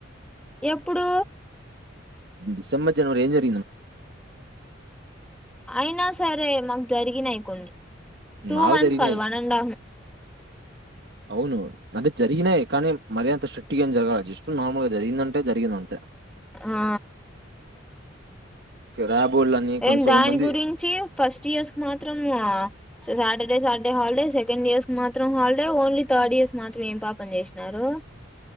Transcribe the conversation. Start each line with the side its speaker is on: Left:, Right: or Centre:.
Centre: ఎప్పుడు
Right: డిసెంబర్, జనవరి ఏం చెప్
Centre: అయినా సరే మాకు జరిగినాయి కొన్ని. టూ
Right: నాకు
Centre: మంత్స్
Right: జరిగినాయి.
Centre: కాదు వన్ అండా
Right: అవును అంటే జరిగినాయి కానీ మరి అంత స్ట్రిక్ట్ గా ఏం జరగాలే జస్ట్ నార్మల్ గా జరిగిందంటే జరిగింది అంతే.
Centre: ఆ
Right: ర్యాబోలని కొంచెం
Centre: ఏమ్
Right: సగం
Centre: దాని
Right: మంది
Centre: గురించి ఫస్ట్ ఇయర్స్ కు మాత్రము Saturday Saturday holiday, second years కి మాత్రం హాలిడే, ఓన్లీ థర్డ్ ఇయర్స్ మాత్రం ఏం పాపం చేసినారు.